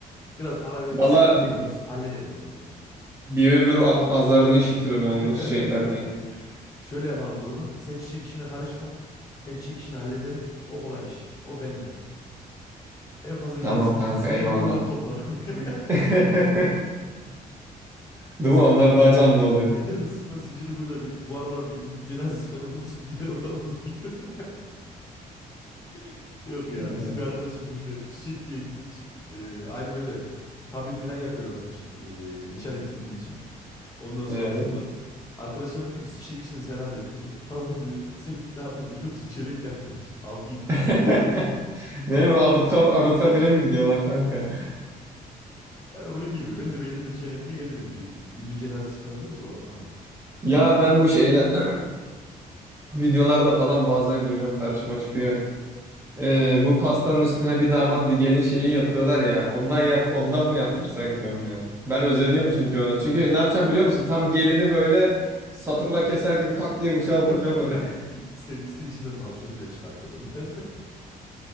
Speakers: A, on the left; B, on the right.
A: biraz para veririz.
B: Vallahi
A: Sıkıntı yok.
B: bir,
A: Onu biz hallederim onu ben.
B: bir ömür a- azarını işitirim onun
A: <laughs>
B: bu çiçeklerine.
A: Şöyle yapalım o zaman. Sen çiçek işine karışma. Ben çiçek işini hallederim. O kolay iş. O bende. En fazla gider
B: Tamam
A: zincir,
B: kanka
A: zincirli
B: eyvallah.
A: kuyudan toplarım. <laughs>
B: <laughs> Değil
A: Sen
B: mi? Onlar daha canlı oluyor.
A: canını sıkma zincirli kuyuda bir, bu aralar bir ünlü cenazesi falan olursa gider oradan alır gelirim. <laughs> Yok ya
B: Hmm,
A: bizim bir arkadaşım birine çiçek diye gitmiş. Ee, aynı böyle tam bir plan yapıyorlarmış ee, nişan etkinliği için. Ondan sonrasında
B: evet.
A: arkadaşına diyor ki çiçek işini sen hallet diyor. <laughs> Tamam diyor. Sen git ne yaptır biliyor musun? <laughs> Çelenk yaptırmış Altı yedi tane.
B: <laughs> Nereye bu Anıtkab Anıtkabir'e
A: <laughs>
B: mi gidiyorlar kanka?
A: Yani onun gibi ben de bir elimde çelenkle gelirim bir. Ünlü cenazesi falan olursa oradan alırız.
B: Ya ben bu şeyler <clears throat> videolarda falan bazen görüyorum karşıma çıkıyor. Ee, bu pastanın üstüne bir damat bir gelin şeyi yapıyorlar ya. Ondan yap ondan mı yaptırsak diyorum ya. Ben özeniyorum çünkü ona. Çünkü ne yapacağım biliyor
A: <laughs>
B: musun? Tam gelini böyle satırla keser gibi tak diye bıçağı
A: <laughs>
B: vuracağım oraya.
A: Senin liste içinden dansöz bile çıkarttırırım ben.